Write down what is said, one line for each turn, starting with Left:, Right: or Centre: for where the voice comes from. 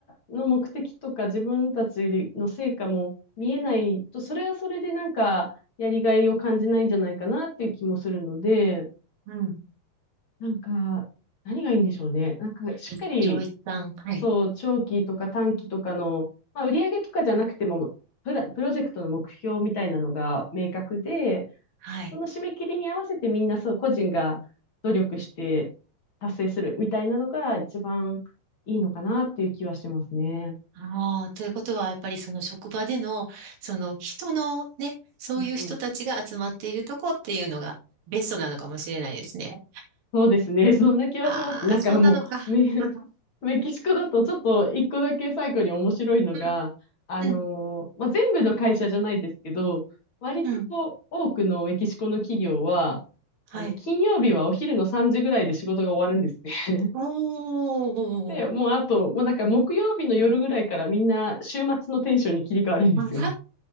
Left: の目的とか自分たちの成果も見えないと、それはそれでなんか、やりがいを感じないんじゃないかなっていう気もするので、
Right: うん。
Left: なんか、何がいいんでしょうね。なんか、しっかり、
Right: 一長一短。はい。
Left: そう、長期とか短期とかの、まあ、売上とかじゃなくても、プラ、プロジェクトの目標みたいなのが明確で、
Right: はい。
Left: その締め切りに合わせてみんな、そう、個人が努力して達成するみたいなのが一番いいのかなっていう気はしてますね。
Right: ああ、ということは、やっぱりその職場での、その人のね、そういう人たちが集まっているとこっていうのがベストなのかもしれないですね。
Left: うんうんそうですね。<laughs> そんな気はします。
Right: ああ、
Left: なんかもう、
Right: そうなのか。
Left: メ、<laughs>
Right: あの、
Left: メキシコだとちょっと一個だけ最後に面白いのが、
Right: うん、
Left: あのーまあ、
Right: うん、
Left: 全部の会社じゃないですけど、割とこう多くのメキシコの企業は、
Right: うん。はい。
Left: あの、金曜日はお昼の3時ぐらいで仕事が終わるんですね。
Right: お
Left: <laughs> で、
Right: ー。
Left: もうあと、もうなんか木曜日の夜ぐらいからみんな週末のテンションに切り替わるんですよ。
Right: <laughs> なん